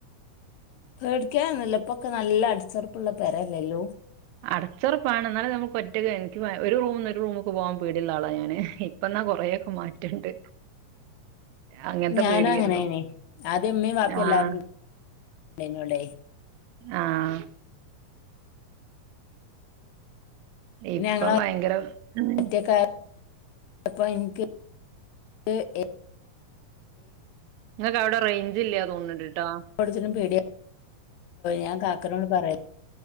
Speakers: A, on the left; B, on the right.
A: പേടിക്കാനൊന്നൂല്ല പ്പൊക്കെ നല്ല അടിച്ചൊറപ്പുള്ള പരല്ലേല്ലോ?
B: അടച്ചൊറപ്പാണ് ന്നാലും നമുക്ക് ഒറ്റക്ക്‌ എനിക്ക് ഒരു റൂമ്ന്ന് ഒരു റൂമ്ക്ക് പോകാൻ പേടിള്ള ആളാ ഞാന് ഇപ്പന്നാ കൊറേക്കെ മാറ്റണ്ട് അങ്ങനത്തെ
A: ഞാനും
B: പേട്യേരുന്നു
A: അങ്ങനെയായിനി ആദ്യം ഉമ്മയും വാപ്പയും
B: ആഹ്
A: എല്ലാരും ഉണ്ടായിരുന്നു ഇവിടെ
B: ആഹ് ഇപ്പം
A: ഞങ്ങളെ
B: ഭയങ്കര ഉം
A: ഒറ്റക്കായ പ്പ ഇൻക്ക് ക്ക്‌ ഏ
B: ഇങ്ങക്ക് അവടെ റേഞ്ച് ഇല്ല്യ തോന്ന്ണ് ണ്ട്ട്ടാ
A: കൊടുത്തിട്ടും പേടിയ ഞാൻ കാക്കനോട് പറയ